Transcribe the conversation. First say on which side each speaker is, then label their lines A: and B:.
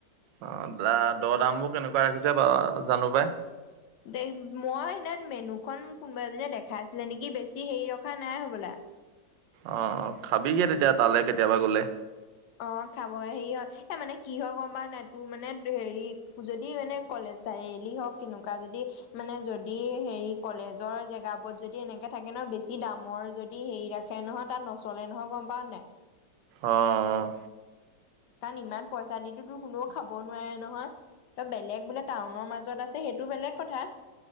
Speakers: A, on the right (about 85°); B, on the left (about 75°).
A: অ দা দড় দামবোৰ কেনেকুৱা ৰাখিছে ব জানো পাই।
B: দে মই সেইদিনা মেনু খন কোনোবা এজনীয়ে দেখাই আছিলে নেকি বেছি হেৰি ৰখা নাই হ'বলা।
A: অ অ খাবিগে তেতিয়া তালৈ কেতিয়াবা গ'লে।
B: অ খাব হেৰি হয় এ মানে কিহৰ গম পা নাই তোৰ মানে হেৰি যদি মানে কলেজ। চাৰিআলি হওক কেনেকুৱা যদি। মানে যদি হেৰি কলেজৰ জেগাবত যদি এনেকে থাকে ন বেছি দামৰ যদি হেৰি ৰা। খে নহয় তাত নচলে নহয় গম পাওঁ নাই।
A: অঁ অ।
B: কাৰণ ইমান পইচা দিতো তোৰ কোনেও খাব নোৱাৰে নহয়। ত বেলেগ বোলে টাউনৰ মাজত আছে সেইটো বেলেগ কথা।